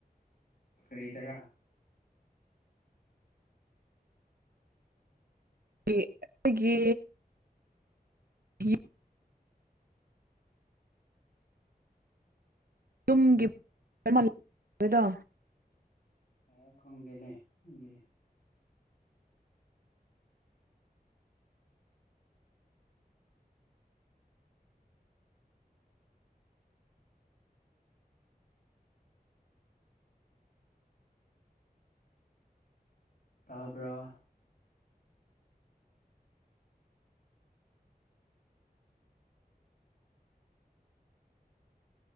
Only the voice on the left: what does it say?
ꯀꯔꯤꯗꯔꯥ꯫
ꯑ ꯈꯪꯗꯦꯅꯦ ꯎꯝ ꯇꯥꯕ꯭ꯔꯥ